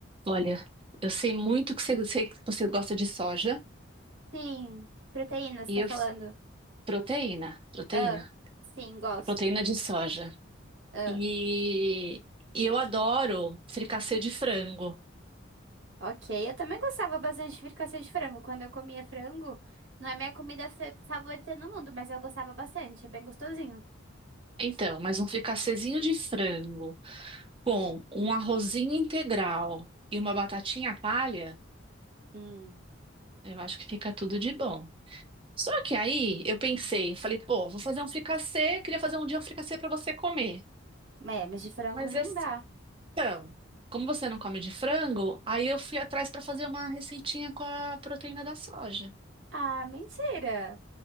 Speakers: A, on the right; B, on the right.
A: Olha, eu sei muito que você, sei que você gosta de soja
B: Sim, proteína, você
A: e
B: tá
A: eu
B: falando?
A: proteína, proteína,
B: Ah, sim, gosto.
A: a proteína de soja.
B: Ah,
A: E, e eu adoro fricassê de frango.
B: ok. Eu também gostava bastante de fricassê de frango. Quando eu comia frango, não é minha comida fa- favorita no mundo, mas eu gostava bastante, é bem gostosinho.
A: Então, mas um fricassezinho de frango com um arrozinho integral e uma batatinha palha,
B: Hum,
A: eu acho que fica tudo de bom. Só que aí eu pensei, falei, pô, vou fazer um fricassê, queria fazer um dia um fricassê para você comer.
B: é, mas de frango
A: Mas
B: não
A: é
B: dá.
A: Então, como você não come de frango, aí eu fui atrás para fazer uma receitinha com a proteína da soja.
B: Ah, mentira!